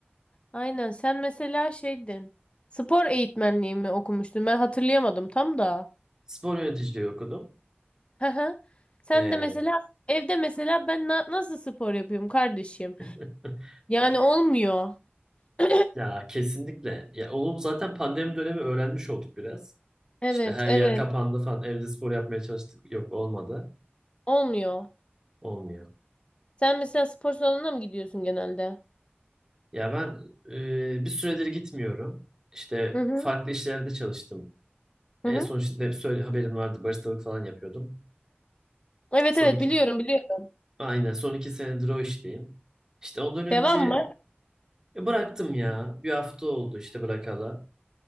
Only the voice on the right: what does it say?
Spor yöneticiliği okudum.
Ee,
<laughs>
Ya kesinlikle. Ya onu zaten pandemi dönemi öğrenmiş olduk biraz.
İşte her
yer kapandı falan. Evde spor yapmaya çalıştık. Yok olmadı.
Olmuyor.
Ya ben e, bir süredir gitmiyorum. İşte
farklı işlerde çalıştım.
En
son işte söyle haberin vardı. Baristalık falan yapıyordum.
Son
iki,
aynen son iki senedir o işteyim. İşte ondan önce
e, bıraktım ya. Bir hafta oldu işte bırakalı.